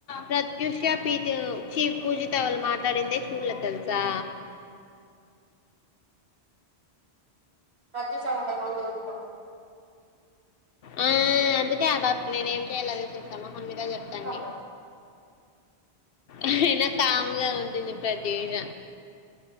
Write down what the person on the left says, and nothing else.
ప్రత్యుష పీ చి పూజిత వాళ్ళు మాట్లాడిందే చూడలే తెలుసా
ఆ అందుకే ఆ పాప నేను ఏం చేయాలి అదే చెస్ నా మొహం మీద చెప్తాంది
ఆహా అయినా కామ్గా ఉంటుంది ప్రత్యూష